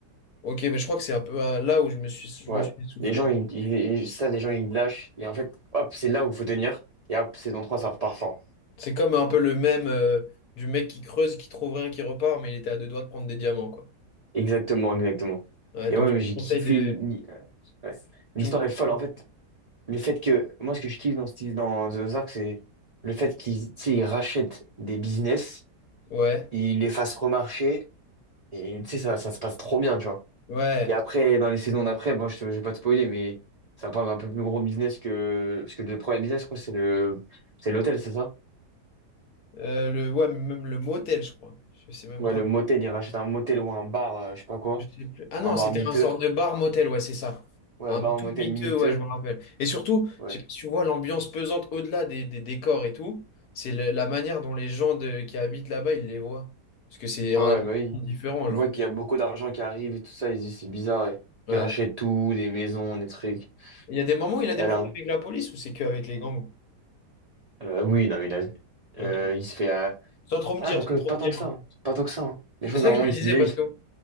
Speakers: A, on the left (about 70°); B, on the right (about 50°).
A: Ok, mais je crois que c'est un peu à- là où je me suis, je
B: Ouais.
A: me suis soufflé.
B: Les gens, ils, ils- ça, les gens, ils lâchent. Et en fait, hop, c'est là où il faut tenir. Et hop, saison trois ça repart fort.
A: C'est comme un peu le même euh, du mec qui creuse, qui trouve rien, qui repart, mais il était à deux doigts de prendre des diamants, quoi.
B: Exactement, exactement.
A: Ouais,
B: Et
A: donc
B: ouais,
A: je
B: mais
A: te
B: j'ai
A: conseille
B: kiffé.
A: de.
B: l'hi- ouais.
A: Tu
B: L'histoire
A: me conseilles
B: est folle. En fait,
A: ça
B: le fait que. Moi, ce que je kiffe dans, ce- dans The Ozark, c'est le fait qu'ils, tu sais, ils rachètent des business,
A: Ouais,
B: ils les fassent remarcher. Et tu sais, ça, ça se passe trop bien, tu vois.
A: ouais.
B: Et après, dans les saisons d'après, bon, je te- vais pas te spoiler, mais ça parle d'un peu plus gros business que. Parce que le premier business, je crois, c'est le... c'est l'hôtel, c'est ça?
A: Euh, le... Ouais, mais même le motel, je crois. Je sais même
B: Ouais,
A: pas.
B: le motel, il rachète un motel ou un bar, euh, je sais pas quoi.
A: Je sais plus. Ah non,
B: Un bar
A: c'était
B: miteux.
A: un sorte de bar-motel, ouais, c'est ça.
B: Ouais,
A: Un
B: bar,
A: tout
B: un motel
A: miteux,
B: miteux.
A: ouais, je me rappelle. Et surtout,
B: Ouais.
A: je sais pas si tu vois l'ambiance pesante au-delà des, des décors et tout. C'est la la manière dont les gens de... qui habitent là-bas, ils les voient. Parce que c'est un
B: Ouais, bah oui.
A: différent,
B: Ils
A: genre.
B: voient qu'il y a beaucoup d'argent qui arrive et tout ça, ils se disent c'est bizarre. Et...
A: Ouais.
B: Ils rachètent tout, des maisons, des trucs.
A: Il y a des moments où il a des
B: Elle
A: problèmes
B: a un-
A: avec la police ou c'est qu'avec les gangs?
B: euh, oui, non, mais il a-
A: Ok.
B: euh, il se fait. euh,
A: Sans trop
B: Ah,
A: me dire,
B: quoique,
A: sans trop
B: pas
A: me
B: tant
A: dire.
B: que ça. hein. Pas tant que ça. hein. Mais
A: C'est
B: je crois
A: ça
B: qu'à un
A: que
B: moment,
A: je me
B: il
A: disais
B: se... déjà,
A: parce
B: il se-
A: que